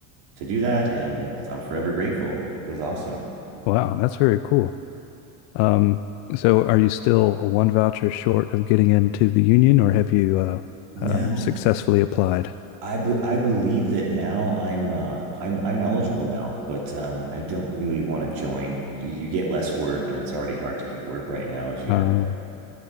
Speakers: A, on the right (about 65°); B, on the left (about 65°).
A: to do that, and I'm forever grateful. It was awesome.
B: Wow, that's very cool. Um, so are you still a one voucher short of getting into the union, or have you uh,
A: No,
B: uh, successfully applied?
A: I be- I believe that now I'm uh, I'm I'm eligible now, but um, I don't really want to join. You, you get less work, and it's already hard to get work right now, as you
B: Uh,
A: know.